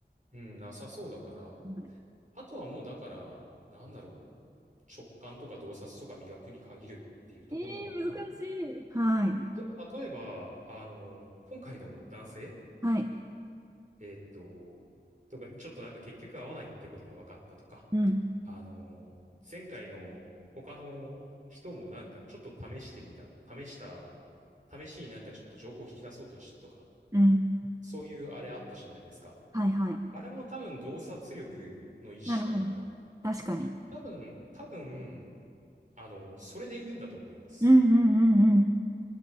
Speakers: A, on the right; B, on the right.
A: うん、なさそうだから、
B: は
A: あとはもうだから、なんだろう、直感とか洞察とか磨くに限るっていうところなのかな。
B: いえー、難しい。はい。
A: でも例えば、あの、今回の男性、
B: はい。
A: えーっと、とか、ちょっとなんか結局合わないってことが分かったとか、
B: うん。
A: あの、前回の他の人もなんかちょっと試してみた、試した、試しになんかちょっと情報を引き出そうとしたとか、
B: うん。
A: そういうあれあったじゃないですか。
B: はいはい。
A: あれも多分洞察力の一種だから、
B: なるほど。確かに。
A: 多分、多分、あの、それでいいんだと思います。
B: うんうんうんうん。